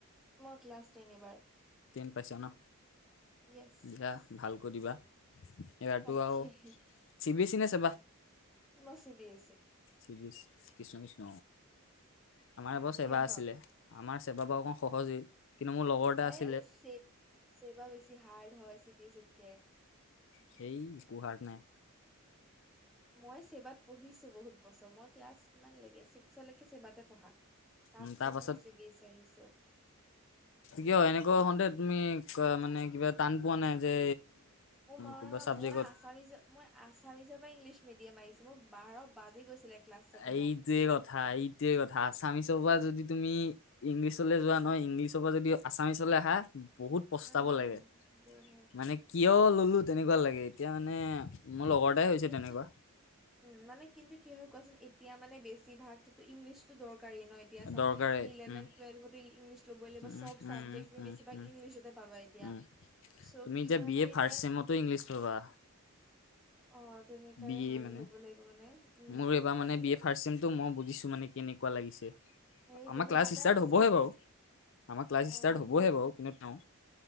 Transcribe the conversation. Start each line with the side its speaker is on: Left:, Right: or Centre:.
Centre: মই ক্লাছ টেন এইবাৰ।
Left: টেন পাইছা ন।
Centre: য়েছ
Left: দিয়া ভালকৈ দিবা। এইবাৰতো
Centre: তাকেহে।
Left: আৰু চি বি এচি নে, ছেবা?
Centre: মছিবীৰ
Left: কৃষ্ণ কৃষ্ণ আমাৰ আকৌ চেৱা
Centre: কিয়
Left: আছিলে আমাৰ চেবাবা অকণ সহজেই কিন্তু মোৰ লগৰ এটা
Centre: এই
Left: আছিল
Centre: চেবা বেছি হাৰ্ড হয় চিবিএচিত কে
Left: সেই একো হাৰ্ড নাই
Centre: মই চেবাত পঢ়িছো বহুত বছৰ মই ক্লাছ কিমানলৈকে ছিক্সলৈকে ছেবাতে পঢ়া তাৰ
Left: উম,
Centre: পিছতহে
Left: তাৰ পাছত
Centre: মই চিবিএছ ই আহিছো
Left: কিয় এনেকুৱা হওঁতে তুমি মানে কিবা টান পোৱা নাই যে
Centre: অ মা
Left: কিবা চাবজেক্টত
Centre: মই আছামিছ মই আছামিছত ইংলিছ মিডিয়াম আহিছো মোৰ বাৰ বাজি গৈছিলে ক্লাছ ছেভেনত।
Left: এইটোয়ে কথা এইটোয়ে কথা আছামিছৰ পৰা যদি তুমি ইংলিছলৈ যোৱা নহয় ইংলিছৰ পৰা যদি আছামিছলৈ আহা বহুত প্ৰস্তাব
Centre: অহ
Left: লাগে
Centre: বহুত
Left: মানে কিয় ললো তেনেকুৱা লাগে এতিয়া মানে মোৰ লগৰ এটাই হৈছে
Centre: কিন্তু
Left: তেনেকুৱা
Centre: উ মানে কিন্তু কি হয় কোৱাচোন এতিয়া মানে বেছি ভাগ ইংলছটোৰ দৰকাৰ দৰকাৰী ন এতিয়া চাওক
Left: দৰকাৰে
Centre: তুমি ইলেভেন
Left: উম
Centre: টুৱেলভটো ইংলিছ লবই লাগিব
Left: উম
Centre: চব
Left: উম
Centre: চাবজেকতে
Left: উম উম
Centre: বেছিভাগ
Left: উম
Centre: ইংলিছতে পা বঢ়াব এতিয়া
Left: উম,
Centre: চ'
Left: তুমি
Centre: কি
Left: এতিয়া
Centre: হয়
Left: বি
Centre: মানে
Left: এ ফাৰ্ষ্ট
Centre: এতিয়া
Left: চেমতো ইংলিছ লবা
Centre: অ তেনেকাই
Left: বি
Centre: হয়
Left: এ মানে
Centre: ল'ব লাগিব মানে উম
Left: মোৰ এবাৰ
Centre: ত
Left: মানে
Centre: কি
Left: বিএ
Centre: হয়
Left: ফাৰ্ষ্ট চেম টো মই বুজিছো মানে কেনেকুৱা লাগে আমাৰ
Centre: এইটোৱে মোৰ
Left: ক্লাছ
Centre: দাদাইও
Left: ষ্টাৰ্ট হবহে
Centre: ছেম
Left: বাৰু আমাৰ ক্লাছ
Centre: অ
Left: ষ্টাৰ্ট হবহে
Centre: মোৰ
Left: বাৰু ন